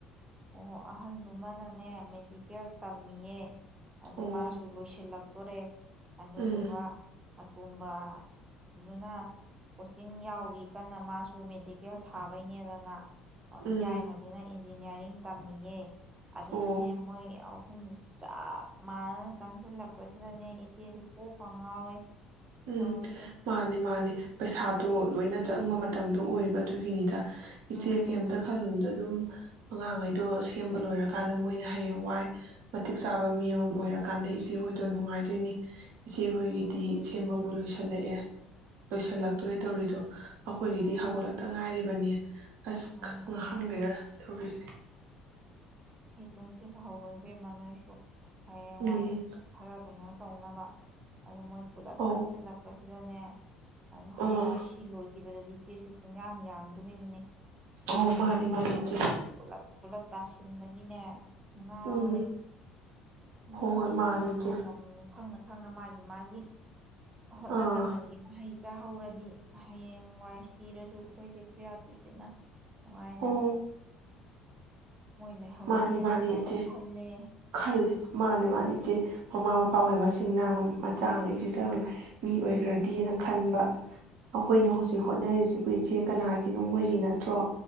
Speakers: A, on the right; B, on the right.
A: ꯑꯣ ꯑꯍꯟꯗꯨꯃꯅꯅꯦ ꯃꯦꯗꯤꯀꯦꯜ ꯇꯝꯃꯤꯌꯦ ꯑꯗꯣ
B: ꯑꯣ
A: ꯃꯥꯁꯨ ꯂꯣꯏꯁꯤꯜꯂꯛ ꯇꯣꯔꯦ ꯑꯗꯨꯗꯨꯒ
B: ꯎꯝ
A: ꯑ ꯇꯣꯝꯕꯗꯨꯅ ꯀꯣꯆꯤꯡ ꯌꯥꯎꯔꯤ ꯀꯟꯅ ꯃꯥꯁꯨ ꯃꯦꯗꯤꯀꯦꯜ ꯊꯥꯕꯩꯅꯦꯅ ꯃꯥ
B: ꯎꯝ
A: ꯌꯥꯢꯃꯗꯨꯅ ꯏꯟꯖꯤꯅꯤꯌꯔꯤꯡ ꯇꯝꯃꯤꯌꯦ ꯑꯗꯨꯅꯅꯦ
B: ꯑꯣ
A: ꯃꯣꯏ ꯑꯍꯨꯝꯁꯤ ꯆꯞ ꯃꯥꯟꯅꯅ ꯆꯪꯖꯤꯜꯂꯛꯄꯁꯤꯗꯅꯦ ꯏꯆꯦꯁꯤ ꯀꯣꯛꯀ ꯉꯥꯎꯋꯦ
B: ꯎꯝ
A: ꯇꯧꯔꯤꯁꯦ
B: ꯃꯥꯟꯅꯤ ꯃꯥꯟꯅꯤ ꯄꯩꯁꯥꯗꯣ ꯂꯣꯏꯅ ꯆꯪꯕ ꯃꯇꯝꯗꯣ ꯑꯣꯏꯕ ꯑꯗꯨꯒꯤꯅꯤꯗ
A: ꯎꯝ
B: ꯏꯆꯦ ꯀꯩꯝꯇ
A: ꯎꯝ
B: ꯈꯜꯂꯨꯗ ꯑꯗꯨꯝ ꯑꯉꯥꯡꯉꯩꯗꯣ ꯁꯦꯝꯕ ꯂꯣꯏꯔꯀꯥꯟꯗ ꯃꯣꯏꯅ ꯍꯌꯦꯡ ꯋꯥꯏ ꯃꯇꯤꯛ ꯆꯥꯕ ꯃꯤ ꯑꯃꯃꯝ ꯑꯣꯏꯔꯀꯥꯟꯗ ꯏꯆꯦ ꯍꯣꯏꯗꯣ ꯅꯨꯡꯉꯥꯏꯗꯣꯏꯅꯤ ꯏꯆꯦ ꯍꯣꯏꯒꯤꯗꯤ
A: ꯑꯗꯨꯅꯦ ꯑꯗꯨꯅꯦ
B: ꯁꯦꯝꯕꯕꯨ
A: ꯏꯕꯦꯝꯃ
B: ꯂꯣꯏꯁꯤꯜꯂꯛꯑꯦ ꯂꯣꯏꯁꯤꯜꯂꯛꯇꯧꯔꯦ
A: ꯎꯝ
B: ꯇꯧꯔꯤꯗꯣ ꯑꯩꯈꯣꯏꯒꯤꯗꯤ
A: ꯎꯝ
B: ꯍꯧꯒꯠꯂꯛꯇ ꯉꯥꯢ ꯉꯥꯢꯔꯤꯕꯅꯤ ꯑꯁ
A: ꯎꯝ
B: ꯈꯪ
A: ꯑꯗꯨꯅꯦ
B: ꯈꯪꯗꯦꯗ ꯇꯧꯔꯤꯁꯦ
A: ꯇꯨꯡꯁꯤꯜꯍꯧꯑꯣ ꯏꯕꯦꯝꯃꯅꯣꯏꯁꯨ ꯍꯌꯦꯡꯋꯥꯏ
B: ꯎꯝ
A: ꯈꯔ ꯀꯩꯅꯣ ꯇꯧꯅꯕ ꯑꯗꯨ ꯃꯣꯏ ꯄꯨꯂꯞ
B: ꯑꯧ
A: ꯆꯥꯡꯖꯤꯜꯂꯛꯄ ꯑꯗꯨꯅꯦ ꯑꯣ ꯍꯌꯦꯡꯋꯥꯥꯏ
B: ꯑꯥ
A: ꯁꯤ ꯂꯣꯏꯈꯤꯕꯗꯗꯤ ꯁꯨ ꯄꯨꯡꯌꯥꯥꯡ ꯌꯥꯡꯗꯣꯔꯤꯕꯅꯤ ꯑꯗꯣ
B: ꯑ
A: ꯍꯧꯖꯤꯛꯇꯤ
B: ꯃꯥꯅꯦ ꯃꯥꯅꯤꯇ
A: ꯄꯨꯂꯞ ꯄꯨꯂꯞ ꯇꯥꯁꯤꯟꯕꯒꯤꯅꯦ ꯉꯥꯎꯔꯦ
B: ꯎꯝ
A: ꯑꯗꯨ
B: ꯍꯣꯏ
A: ꯃꯣꯏꯁꯤꯡꯒꯤ
B: ꯍꯣꯏ ꯃꯥꯅꯤ
A: ꯃꯐꯝ
B: ꯏꯆꯦ
A: ꯑꯃ ꯈꯪꯅ ꯈꯪꯅ ꯃꯥꯒꯤ ꯃꯥꯒꯤ ꯍꯣꯠꯅꯖꯃꯟꯒꯤ
B: ꯑꯥ
A: ꯃꯍꯩ ꯆꯥꯍꯧꯔꯗꯤ ꯍꯌꯦꯡ ꯋꯥꯏ ꯁꯤꯔꯁꯨ ꯑꯩꯈꯣꯏꯁꯦ ꯈꯨꯌꯥꯠ ꯅꯨꯡꯁꯤꯠꯅ ꯅꯨꯡꯉꯥꯏꯅ
B: ꯑꯣ
A: ꯃꯣꯏ ꯂꯩꯍꯧꯔꯗꯤꯦꯅ
B: ꯃꯥꯅꯦ ꯃꯥꯅꯦ
A: ꯑꯗꯨꯃꯥꯏꯅ
B: ꯏꯆꯦ
A: ꯈꯜꯂꯦ
B: ꯈꯜꯂꯦ ꯃꯥꯅꯦ ꯃꯥꯅꯦ ꯏꯆꯦ ꯃꯃꯥ ꯃꯄꯥ ꯑꯣꯏꯕꯁꯤꯡꯅ ꯃꯆꯥꯉꯩꯁꯤꯗ ꯃꯤ ꯑꯣꯏꯈ꯭ꯔꯗꯤꯅ ꯈꯟꯕ ꯑꯩꯈꯣꯏꯅ
A: ꯎꯝ
B: ꯍꯧꯖꯤꯛ ꯍꯣꯠꯅꯔꯤꯁꯤ ꯍꯈ ꯏꯆꯦ ꯀꯅꯥꯒꯤꯅꯣꯃꯣꯏꯒꯤ ꯅꯠꯇ꯭ꯔꯣ